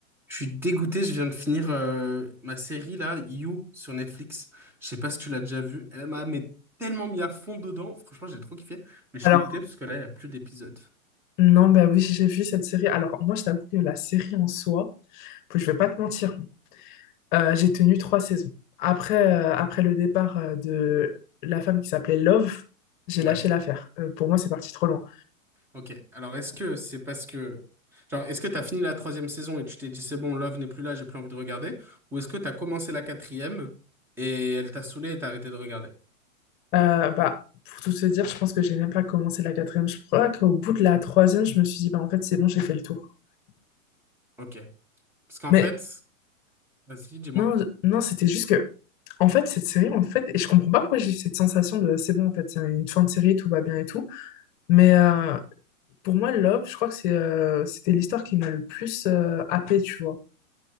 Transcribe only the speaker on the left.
Alors,
non, bah oui, j'ai vu cette série. Alors, moi, je t'avoue que la série en soi, puis je vais pas te mentir, hein, euh, j'ai tenu trois saisons. Après, euh, après le départ euh, de la femme qui s'appelait Love, j'ai
lâché l'affaire. Euh, pour moi, c'est parti trop loin.
Euh, bah, pour tout se dire, je pense que j'ai même pas commencé la quatrième. Je crois qu'au bout de la troisième, je me suis dit, bah, en fait, c'est bon, j'ai fait le tour.
Mais
non, non, c'était juste que, en fait, cette série, en fait, et je comprends pas pourquoi j'ai eu cette sensation de, c'est bon, en fait, c'est une fin de série, tout va bien et tout. Mais euh, Pour moi, Love, je crois que c'est, euh, c'était l'histoire qui m'a le plus euh, happée, tu vois.